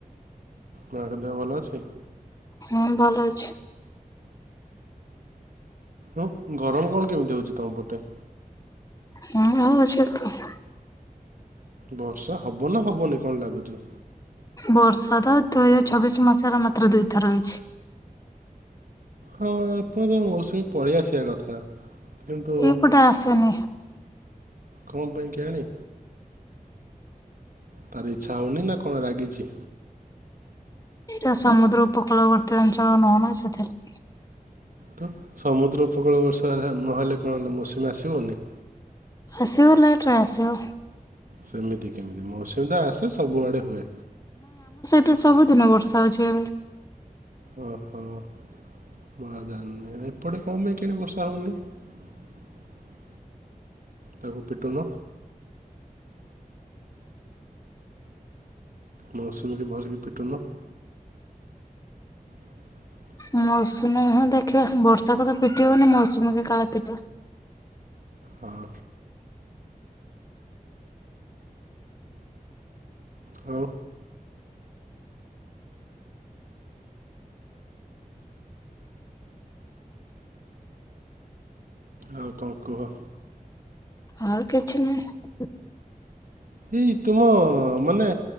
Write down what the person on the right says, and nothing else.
ମାଙ୍କ ଦେହ ଭଲ ଅଛି?
ଆଉ ଗରମ କଣ କେମିତି ହୋଉଚି ତମ ପଟେ?
ବର୍ଷା ହବ ନାଁ ହବନି କଣ ଲାଗୁଚି?
ହଁ ଏପନ୍ତ ମୌସୁମୀ ପଳିଆସିବା କଥା। କିନ୍ତୁ
କଁ ପାଇଁ କେୟାଣି? ତାର ଇଚ୍ଛା ହଉନି ନାଁ କଣ ରାଗିଚି।
ତ ସମୁଦ୍ର ଉପକୂଳ ବର୍ଷା ନହେଲେ କଣ ହେଲା ମୌସୁମୀ ଆସିବନି?
ସେମିତି କେମିତି ମୌସୁମୀ ତ ଆସେ ସବୁଆଡ଼େ ହୁଏ।
ଓହୋ ମୁଁ ଆ ଜାଣିନି ଏପଟେ କ ମାଇଁ କେୟାଣି ବର୍ଷା ହୋଉନେଇ। <inaudible> ତାକୁ ପିଟୁନ। ମୌସୁମୀକି ଭଲିକି ପିଟୁନ। <inaudible>
ହଉ। ହଉ। ଆଉ କଁ କୁହ।
ହେଇ ତୁମ ମାନେ